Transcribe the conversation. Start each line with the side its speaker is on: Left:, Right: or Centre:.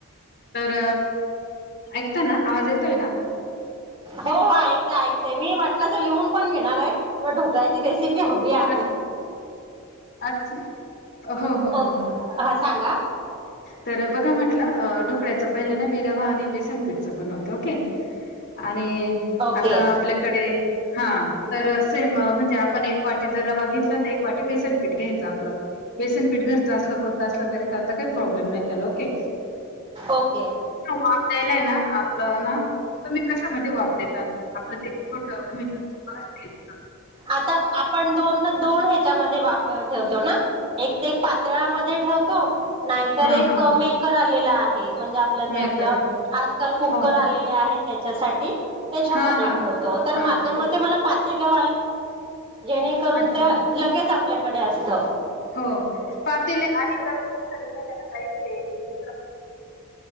Left: तर ऐकताना आवाज येतोय ना.
Right: हो ऐकतय ऐकतेय मी वाटलं तर लिहून पण घेणार आहे प ढोकळ्याची रेसिपी हवी आहे.
Left: अच्छा अच्छा हो हो
Right: ओ
Left: हो हो
Right: हा सांगा
Left: तर बघा म्हटलं ढोकळ्याचं पहिल्या ना मी रवा आणि बेसनपीठच बनवते ओके. आणि.
Right: ओके
Left: आता आपल्याकडे हा तर सेम म्हणजे आपण एक वाटी जर रवा घेतलं तर. एक वाटी बेसनपीठ घ्यायचं आपलं. बेसनपीठ घरचं असलं कोणत असलं तरी चाल काही प्रॉब्लेम नाही त्याला ओके.
Right: ओके.
Left: हॉटेल आहे ना आपलं ना. तुम्ही कशामध्ये वाब देतात आपलं ते टं.
Right: आता आपण दोन ना दोन ह्याच्यामध्ये वापर ठेवतो ना. एक ते एक पातळामध्ये ठेवतो. नाहीतर एक
Left: हां, हां.
Right: मेकर आलेला आहे म्हणजे आपलं ते
Left: मेकर
Right: आपलं आजकाल कुकर
Left: हो.
Right: आलेलं. ते आहेत त्याच्यासाठी त्याच्यामध्ये
Left: हां, हां.
Right: ठेवतो तर
Left: हां,
Right: माझ्यामध्ये
Left: खूप
Right: मला पातेलं. जेणेकरून
Left: अच्छा.
Right: ते लगेच आपल्याकडे असत.
Left: हो पातीलील आणि तर तुमच्याडे ना का ते.